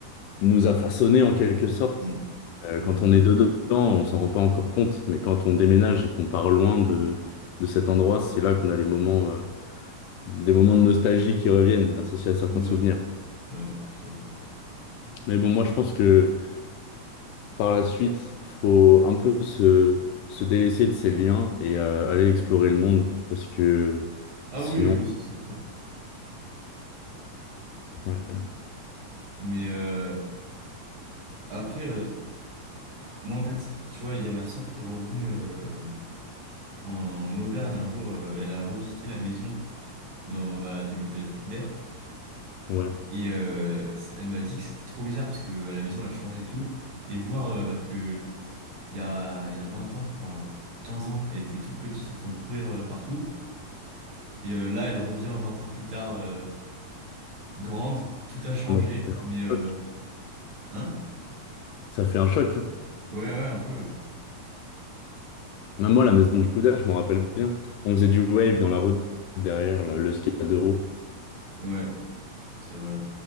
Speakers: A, on the left; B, on the right.
A: nous a façonnés en quelque sorte.
B: mm,
A: Euh,
B: ouais,
A: quand on est dedans, on s'en rend pas encore compte, mais quand on déménage et qu'on part loin de, de cet endroit, c'est là qu'on a les moments, euh, des moments de nostalgie qui reviennent, associés à certains
B: ouais,
A: souvenirs.
B: ouais, je suis d'accord.
A: Mais bon, moi je pense que par la suite, faut un peu se, se délaisser de ces liens et euh, aller explorer le monde, parce que
B: Ah
A: sinon,
B: oui, oui, oui, ça c'est clair.
A: ouais,
B: Mais euh, après, euh, moi en fait, tu vois, il y a ma sœur qui est revenue. euh, en Auvergne un jour, euh, elle a revisité la maison dans, bah, du, bah, du coup
A: ouais,
B: Et euh, c- elle m'a dit que c'était trop bizarre parce que bah, la maison elle a changé et tout. Et voir euh, bah, que il y a, il y a 20 ans, enfin 15 ans, elle était toute petite en train de courir euh, partout. Et euh, là, elle revient 20 ans plus tard, euh, grande, tout a changé.
A: ça m'a fait un
B: Mais euh,
A: choc.
B: hein?
A: Ça fait un choc.
B: Ouais, ouais, un peu. Ouais,
A: Même moi, la maison du Coudert, je m'en rappelle bien. On faisait du wave dans la route derrière, là, le ski à deux roues.
B: Ouais, c'est vrai,